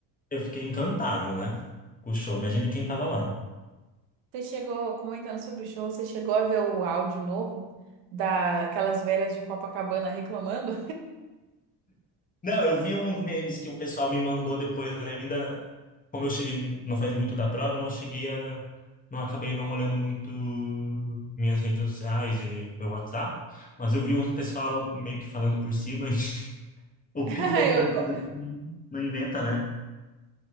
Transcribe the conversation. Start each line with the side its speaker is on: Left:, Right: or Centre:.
Left: eu fiquei encantado, né, com o show, imagina quem tava lá.
Right: Você chegou, comentando sobre o show, você chegou a ver o áudio novo daquelas velhas de Copacabana reclamando?
Left: Não, eu vi uns memes que o pessoal me mandou depois ainda. Como eu cheguei, não faz muito da prova, eu não cheguei a. Não acabei não olhando muito minhas redes sociais e meu WhatsApp, mas eu vi uns pessoal meio que falando por cima. <laughs> O
Right: <laughs>
Left: que o povo
Right: Ai,
Left: brasileiro
Right: eu co-
Left: não, não inventa, né?